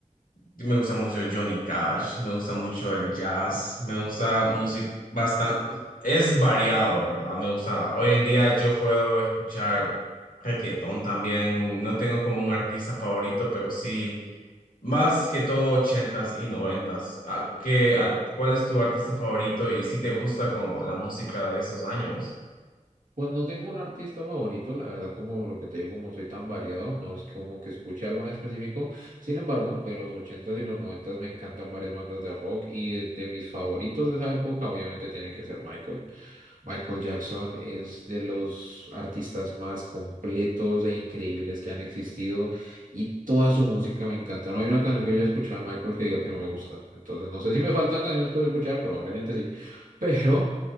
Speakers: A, on the left; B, on the right.
A: Me gusta mucho Johnny Cash, me gusta mucho el jazz, me gusta música bastante... Es variado, ¿verdad? Me gusta... Hoy en día yo puedo escuchar reggaetón también. No tengo como un artista favorito, pero sí... Más que todo ochentas y noventas. ¿A qué, a- cuál es tu artista favorito y si te gusta como la música de esos años?
B: Pues no tengo un artista favorito, la verdad, como lo que te digo, como soy tan variado, no es como que escuche algo en específico. Sin embargo, de los ochentas y los noventas me encantan varias bandas de rock y de, de mis favoritos de esa época, obviamente tiene que ser Michael. Michael Jackson es de los artistas más completos e increíbles que han existido y toda su música me encanta. No hay una canción que haya escuchado de Michael que diga que no me gusta. Entonces, no sé si me faltan canciones por escuchar, probablemente sí. Pero